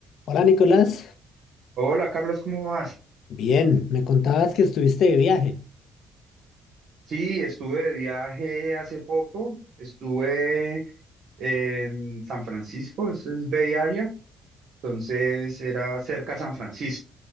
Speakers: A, on the left; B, on the right.
A: Hola Nicolás,
B: Hola Carlos, ¿cómo vas?
A: bien, me contabas que estuviste de viaje.
B: Sí, estuve de viaje hace poco, estuve en San Francisco, eso es Bay Area, entonces era cerca a San Francisco.